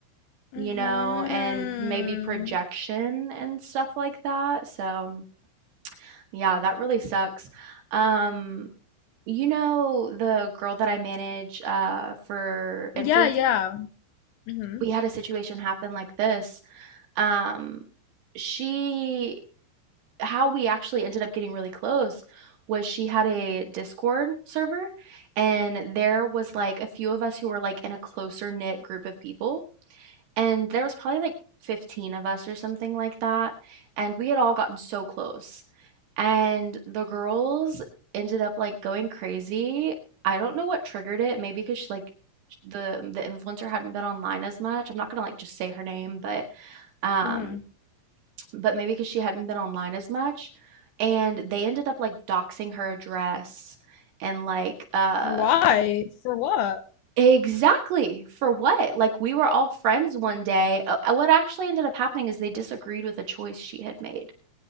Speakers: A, on the left; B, on the right.
A: hmm
B: you know, and maybe projection and stuff like that, so, yeah, that really sucks. Um, you know the girl that I manage, uh, for
A: Yeah,
B: influencing?
A: yeah. hmm
B: we had a situation happen like this. Um, she, how we actually ended up getting really close was she had a Discord server, and there was like a few of us who were like in a closer knit group of people, and there was probably like 15 of us or something like that, and we had all gotten so close. And the girls ended up, like, going crazy. I don't know what triggered it, maybe 'cause sh like, the the influencer hadn't been online as much. I'm not gonna, like, just say her name, but, um
A: hmm
B: but maybe because she hadn't been online as much, and they ended up, like, doxing her address and, like, uh
A: Why? For what?
B: Exactly! For what? Like, we were all friends one day. Uh, uh, what actually ended up happening is they disagreed with a choice she had made